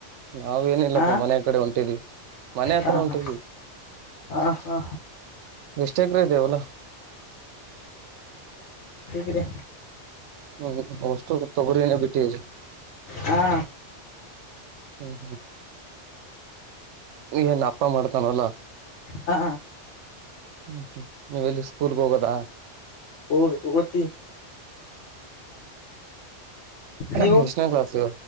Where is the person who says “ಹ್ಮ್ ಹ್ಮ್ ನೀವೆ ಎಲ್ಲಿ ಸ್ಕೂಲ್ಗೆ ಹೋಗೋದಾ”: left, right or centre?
Right